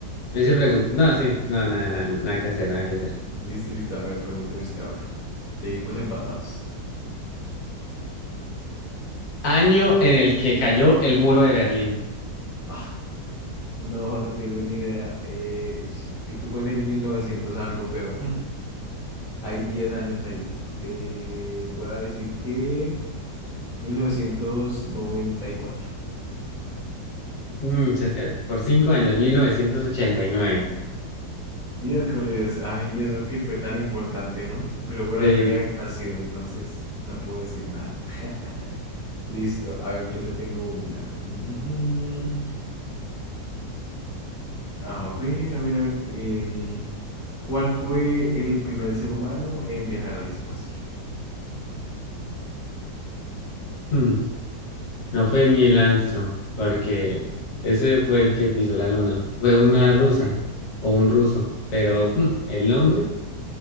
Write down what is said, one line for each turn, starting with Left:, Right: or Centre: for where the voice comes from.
Left: Me hice preguntar. No, sí, no, nada, nada, nada que hacer, nada que hacer.
Centre: Listo, listo. A ver, pregúnteme usted ahora. Seguimos empatados.
Left: Año en el que cayó el muro de Berlín.
Centre: Ah, no, no tengo ni idea. Eh, sé que fue en el 1900 algo, pero... hmm. Hay 10 años ahí. Eh, voy a decir que 1994.
Left: Mm, se esca- por cinco años, 1989.
Centre: Miércoles. Ay, eso que fue tan importante, ¿no? Pero bueno,
Left: Sí.
Centre: yo ni había nacido, entonces no puedo decir nada. <laughs> Listo. A ver, yo le tengo una. Mm, mm, mm. A ver, a ver, a ver. em, ¿cuál fue el primer ser humano en viajar al espacio?
Left: Mm, no fue Neil Armstrong, porque ese fue el que pisó la luna. Fue una rusa o un ruso, pero mm, el nombre,